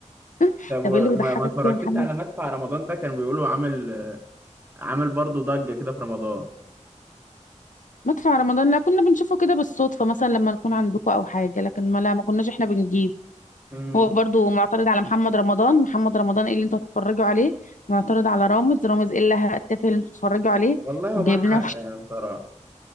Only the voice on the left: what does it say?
<laughs>
طب
ايه اللي بيضحكك
فيها يا محمد
مدفع رمضان لا كنا بنشوفه كده بالصدفة مثلا لما نكون عندكم أو حاجة لكن ما لا ما كناش احنا بنجيب
هو برضو معترض على محمد رمضان محمد رمضان ايه اللي انتوا هتتفرجوا عليه معترض على رامز رامز ايه اللي هتتفق اللي انتوا هتتفرجوا عليه
وجايب
لنا